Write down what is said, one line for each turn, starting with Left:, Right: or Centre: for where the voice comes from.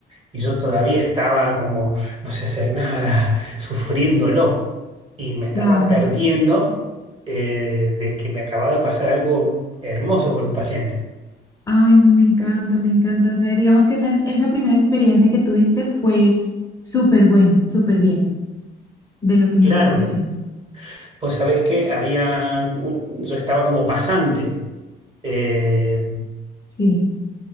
Right: y yo todavía estaba como no sé hacer nada, <laughs> sufriéndolo, y me estaba
Left: claro.
Right: perdiendo eh, de que me acababa de pasar algo hermoso con un paciente.
Left: Ay, no, me encanta, me encanta. O sea, digamos que esa, esa primera experiencia que tuviste fue súper buena, súper bien, de lo que me
Right: Claro,
Left: estás diciendo.
Right: pues sabés que había, un- yo estaba como pasante. eh,
Left: Sí.